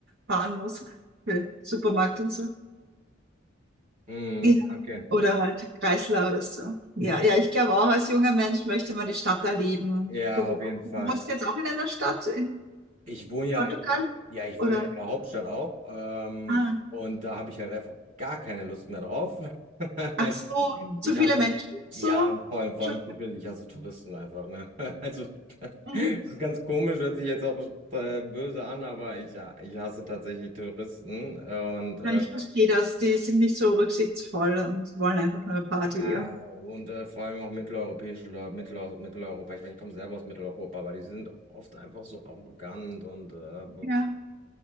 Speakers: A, on the right (about 60°); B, on the right (about 45°).
A: fahren muss, für Supermarkt und so.
B: mhm,
A: Ja,
B: okay.
A: oder halt Kreisler oder so. Ja, ja, ich glaube auch, als junger Mensch möchte man die Stadt erleben.
B: Ja,
A: Du wo-
B: auf jeden Fall.
A: du wohnst jetzt auch in einer Stadt in
B: Ich wohne ja
A: Portugal?
B: in, ja, ich
A: Oder?
B: wohne in der Hauptstadt auch. Ähm,
A: Ah,
B: und da habe ich halt einfach gar keine Lust mehr drauf. <laughs>
A: ach
B: Also,
A: so, zu
B: Ich
A: viele
B: hasse,
A: Menschen? So?
B: ja, und vor allem, vor
A: Schon-
B: allem, zu viel, ich hasse Touristen einfach, ne? <laughs> Also, das
A: Mhm.
B: ist ganz komisch, hört sich jetzt auch äh, böse an, aber ich, ja, ich hasse tatsächlich Touristen. äh, Und äh,
A: Ja, ich verstehe das. Die sind nicht so rücksichtsvoll und wollen einfach nur Party.
B: ja,
A: Ja,
B: und äh, vor allem auch mitteleuropäische Leute, Mittel, Mitteleuropa. Ich meine, ich komme selber aus Mitteleuropa, aber die sind oft einfach so arrogant und äh,
A: ja,